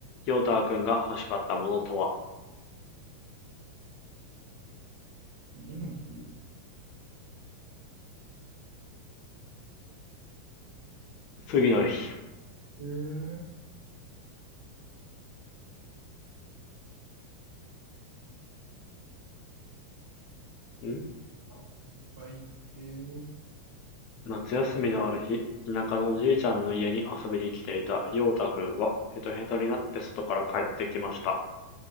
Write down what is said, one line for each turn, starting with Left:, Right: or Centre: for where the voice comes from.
Left: ヨータんが欲しかったものとは、
Right: 次の日、
Left: 次の日、
Right: 乗って、
Left: ん
Right: あ、帰って、
Left: 夏休みのある日、田舎のおじいちゃんの家に遊びに来ていたヨータくんはヘトヘトになって外から帰ってきました。